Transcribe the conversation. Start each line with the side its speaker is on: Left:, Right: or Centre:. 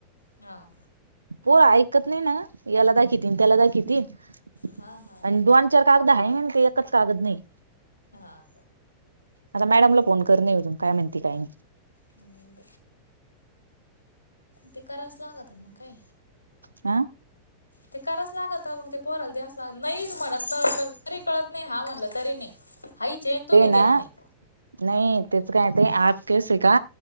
Left: हा..
Right: पोर ऐकत नाही ना याला दाखितीन त्याला दाखितीन अं
Left: हा हा
Right: दोन, चार कागदा हाय ना ते एकच कागद नाही.
Left: हां.
Right: आता मॅडमला फोन करण आहे अजून काय म्हणती, काय नाही.
Left: हम्म. ते कराचं लागत काय.
Right: आ?
Left: ते कराच लागत मग ते पोरला द्यायचं लाग नाही म्हणत न न तरी कळत नाही हा म्हणलं तरी नाही हाईचे तूम्ही
Right: ते ना
Left: देत नाही.
Right: नाही तेच काय ते आज केस आहे का